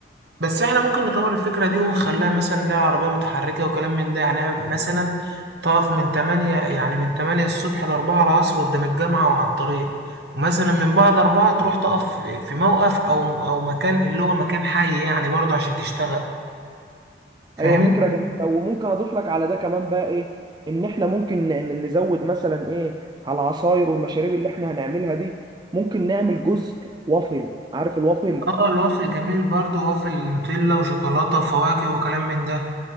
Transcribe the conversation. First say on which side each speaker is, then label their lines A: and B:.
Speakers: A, on the right; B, on the right.
A: بس احنا ممكن نطور الفكره دي ونخليها مثلا ليها عربيه متحركه وكلام من ده يعني مثلا تقف من 8 يعني من 8 الصبح ل 4 العصر قدام الجامعه وعلى الطريق ومثلا من بعد 4 تروح تقف في في موقف او او مكان اللي هو مكان حي يعني برضه عشان تشتغل فاهمني
B: أيوة فكرة جميلة وممكن أضيف لك على ده كمان بقى إيه إن إحنا ممكن ن- ن- نزود مثلا إيه على العصاير والمشاريب اللي إحنا هنعملها دي ممكن نعمل جزء وافل عارف الوافل؟
A: اه الوافل جميل برضه وافل نوتيلا وشوكولاته وفواكه وكلام من ده